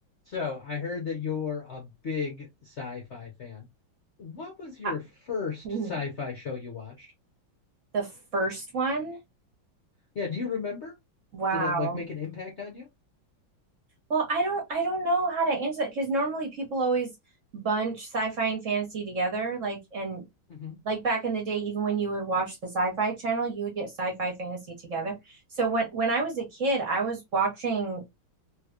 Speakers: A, on the left; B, on the right.
A: So I heard that you're a big sci-fi fan. What was your
B: I-
A: first
B: mm,
A: sci-fi show you watched?
B: the first one?
A: Yeah, do you remember?
B: Wow.
A: Did it like make an impact on you?
B: Well, I don't I don't know how to answer that because normally people always bunch sci-fi and fantasy together. Like and
A: hmm
B: like back in the day, even when you would watch the sci-fi channel, you would get sci-fi fantasy together. So when when I was a kid, I was watching,